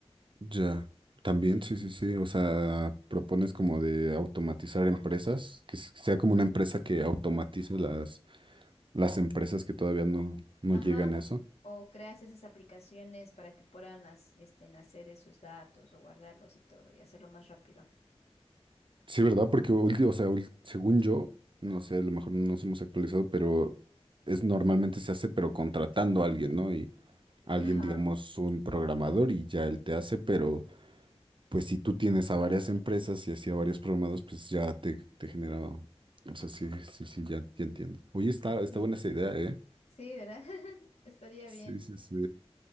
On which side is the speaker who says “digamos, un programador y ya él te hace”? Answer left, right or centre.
Right